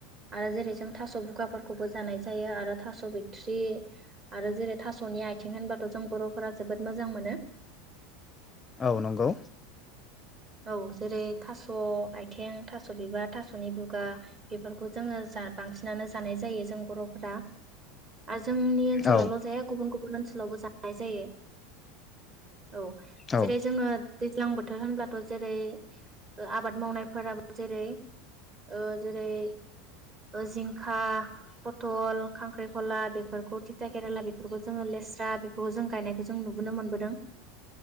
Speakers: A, on the right; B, on the left.
A: आरो जेरै जों थास' बुगाफोरखौबो जानाय जायो आरो थास' बिथ्रि आरो जेरै थास'नि आथिं होनबाथ' जों बर'फोरा जोबोद मोजां मोनो।
B: औ नंगौ।
A: औ जेरै थास' आइथिं थास' बिबार थास'नि बुगा बेफोरखौ जोङो जा बांसिनानो जानाय जायो जों बर'फोरा। आरो जोंनि ओनसोलावल'
B: औ
A: जाया गुबुन गुबुन गुबुन ओनसोलावबो जानाय जायो। औ
B: औ
A: जेरै जोङो दैज्लां बोथोर होनब्ला जेरै आबाद मावनायफोराबो जेरै ओ जेरै जिंखा, फथल, खांख्राइखला बेफोरखौ थिथा केराला बेफोरखौ जोङो लेस्रा बेफोरखौ जों गायनायखौ जों नुबोनो मोनबोदों।